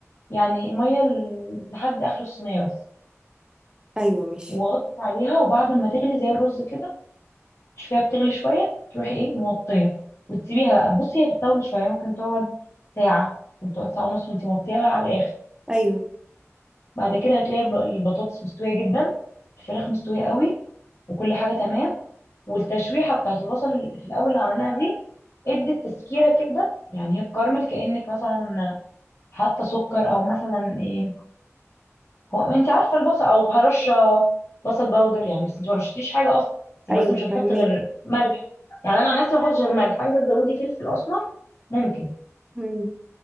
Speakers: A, on the left; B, on the right.
A: يعني ميه ل- لحد اخر الصينيه بس
B: ايوه ماشي
A: وغطي عليها وبعد ما تغلي زي الرز كده تشوفيها بتغلي شويه تروحي ايه موطيه وتسيبيها بقى بصي هي بتطول شويه ممكن تقعد ساعه ممكن تقعد ساعه ونص ما انتي موطيه بقى على الاخر
B: ايوه
A: بعد كده هتلاقي الب- البطاطس مستويه جدا الفراخ مستويه قوي وكل حاجه تمام والتشويحه بتاعت البصل في الاول اللي عملناها دي ادت تسكيره كده يعني هي الكراميل كأنك مثلا حاطه سكر او مثلا ايه هو انت عارفه البصل او هرشه بصل باودر يعني بس انت ما رشتيش حاجه اصلا انت
B: ايوه
A: بس مش هنحط
B: فهماك
A: غير ملح يعني انا عن نفسي ما بحطش غير ملح عايزه تزودي فلفل اسمر ممكن
B: مم.